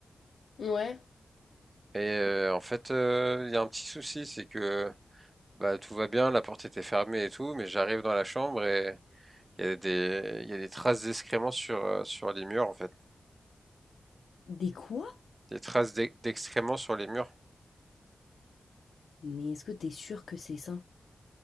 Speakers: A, on the left; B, on the right.
A: Ouais.
B: Et euh, en fait, euh, il y a un petit souci, c'est que bah, tout va bien, la porte était fermée et tout, mais j'arrive dans la chambre et il y a des, il y a des traces d'excréments sur, euh, sur les murs en fait.
A: Des quoi?
B: Des traces d'e- d'excréments sur les murs.
A: Mais est-ce que t'es sûr que c'est ça?